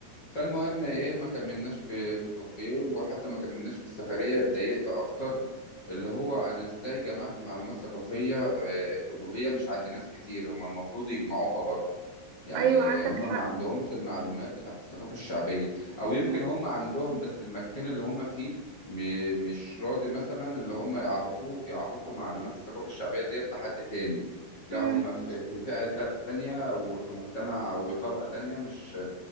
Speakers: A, on the left (about 45°); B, on the right (about 85°).
A: فالمهم ايه ما كملناش في في الكافيه وحتى ما كملناش في السفرية اتضايقت اكتر اللي هو انا ازاي جمعت معلومات ثقافية آه، وهي مش عند ناس كتير هم المفروض يجمعوها برضو يعني
B: أيوة عندك
A: هم
B: حق
A: ما عندهمش المعلومات بتاعت الثقافة الشعبية او يمكن
B: مم.
A: هم عندهم بس المكان اللي هم فيه م- مش راضي مثلا اللي هم يعرفوه يعرفوا معلومات الثقافة الشعبية ديت لحد تاني لا
B: مم.
A: هم في في فئة تانية وفي مجتمع وطبقة تانية مش